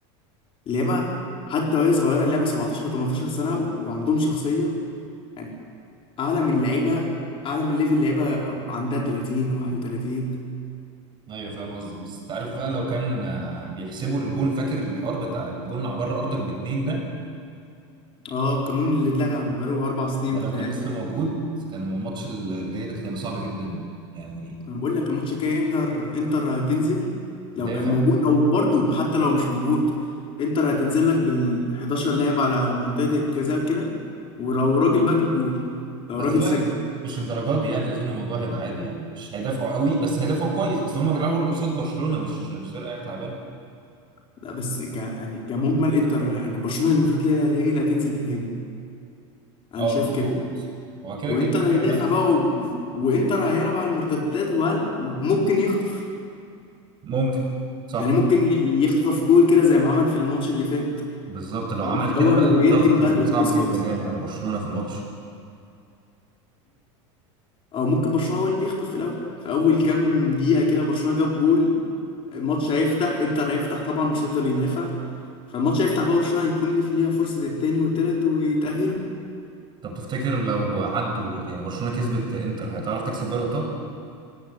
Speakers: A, on the left; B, on the right.
A: اللعيبه حتى وهي صغيره اللعيبه 17 و18 سنه وعندهم شخصيه يعني اعلى من لعيبه اعلى من ليفل لعيبه عندها 30 31
B: ايوه فاهم قصدك بس انت عارف بقى لو كان آه، بيحسبوا الجون فاكر الحوار بتاع الجون على بره ارضك باتنين ده
A: اه القانون اللي اتلغى من بقاله اربع سنين
B: ده
A: بتهيألي
B: لو كان لسه موجود كان الماتش الجاي ده كان هيبقى صعب جدا يعني
A: بقول لك الماتش الجاي انتر انتر هتنزل
B: تدافع
A: لو كان موجود مم. او برضو حتى لو مش موجود انتر هتنزل لك بال 11 لاعب على منطقة الجزاء كده ولو راجل بقى جيب جول لو
B: بس
A: راجل
B: لا
A: سجل
B: مش للدرجات دي يعني اظن الموضوع هيبقى عادي يعني مش هيدافعوا قوي بس هيدافعوا كويس اصل هم بيلعبوا برضه قصاد برشلونه مش مش فرقه يعني تعبانه
A: لا بس ك يعني كمجمل انتر يعني برشلونة المفروض هي هي اللي هتنزل تهاجم انا
B: اه
A: شايف
B: المفروض
A: كده
B: هو كده
A: وانتر
B: كده ده ممكن
A: هي هيدافع
B: يحصل
A: بص بقى و... وانتر هيلعب على المرتدات وهل... وممكن يخطف
B: ممكن صح
A: يعني ممكن ي- يخطف جول كده زي ما عمل في الماتش اللي فات
B: بالظبط لو
A: جول
B: عمل
A: في الاول
B: كده بقى
A: انا انا
B: الضغط
A: ويركن بقى
B: هيبقى
A: متفق الاتوبيس
B: صعب جدا
A: خالص
B: يعني على برشلونة في الماتش
A: او ممكن برشلونه هو اللي يخطف في الاول في اول كام دقيقه كده برشلونه جاب جول الماتش هيفتح انتر هيفتح طبعا مش هيفضل يدافع فالماتش هيفتح بقى برشلونه هيكون اللي في ليها فرصه التاني والتالت ويتاهلوا
B: طب تفتكر لو عدوا يعني برشلونة كسبت انتر هتعرف تكسب دوري الابطال؟